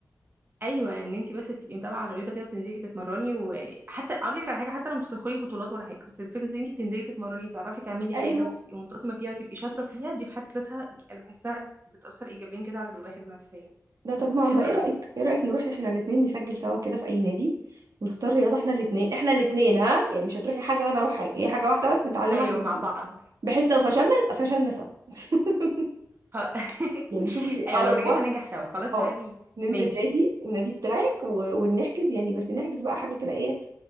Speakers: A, on the right; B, on the right.
A: ايوه ان انت بس تبقي متابعه على الرياضه كده بتنزلي تتمرني وحتى اقول لك على حاجه حتى لو مش هتدخلي بطولات ولا حاجه بس الفكره ان انت تنزلي تتمرني وتعرفي تعملي
B: ايوه
A: حاجه وتبقي منتظمه فيها وتبقي شاطره فيها دي في حد ذاتها انا بحسها بتاثر ايجابيا كده على الواحد ونفسيا
B: ده طب
A: فبتبقى
B: ما
A: حلوه
B: ما ايه
A: قوي
B: رأيك ايه رأيك نروح احنا الاثنين نسجل سوا كده في اي نادي ونختار رياضة احنا الاثنين احنا الاثنين ها يعني مش هتروحي حاجة وانا اروح حاجة هي حاجة واحدة بس نتعلمها
A: ايوه
B: احنا الاتنين.
A: مع بعض
B: بحيث لو فشلنا نبقى فشلنا سوا <laughs>
A: خ- <laughs>
B: يعني شوفي اقرب
A: ايوه لو نجحنا
B: وقت
A: ننجح سوا خلاص
B: اه
A: تعالي
B: ننزل
A: ماشي
B: نادي النادي بتاعك و... ونحجز يعني بس نحجز بقى حاجة كده ايه